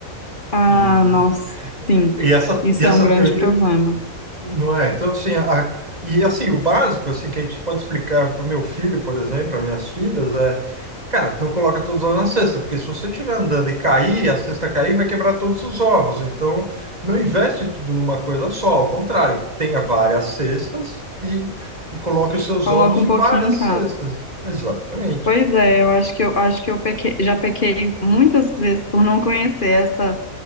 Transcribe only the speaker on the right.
E
e essa,
e essa
teoria,
não é? Então, assim, a, e assim, o básico, assim, que a gente pode explicar para o meu filho, por exemplo, para minhas filhas, é, cara, não coloca todos os ovos na cesta, porque se você estiver andando e cair, a cesta cair, vai quebrar todos os ovos. Então, não investe tudo numa coisa só, ao contrário, tenha várias cestas e coloque os seus
ovos
em
várias
cestas. Exatamente.